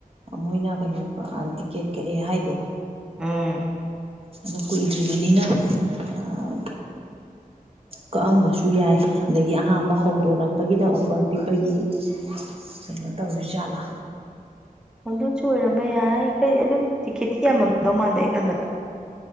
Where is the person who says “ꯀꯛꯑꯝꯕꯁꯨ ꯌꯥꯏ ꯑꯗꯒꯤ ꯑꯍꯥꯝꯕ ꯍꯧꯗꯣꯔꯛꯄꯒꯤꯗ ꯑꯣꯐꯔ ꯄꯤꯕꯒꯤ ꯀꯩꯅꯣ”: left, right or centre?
Right